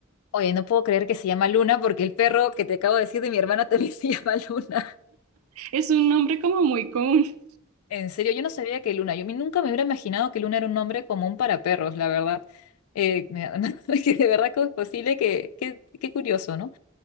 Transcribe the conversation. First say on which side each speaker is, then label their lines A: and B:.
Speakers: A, on the left; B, on the right.
A: Oye, no puedo creer que se llama Luna porque el perro que te acabo de decir de mi hermana también <laughs> se llama Luna.
B: Es un nombre como muy común.
A: En serio, yo no sabía que Luna, yo mi- nunca me hubiera imaginado que Luna era un nombre común para perros, la verdad. Eh, me- <laughs> que de verdad que es posible, que, que- qué curioso, ¿no?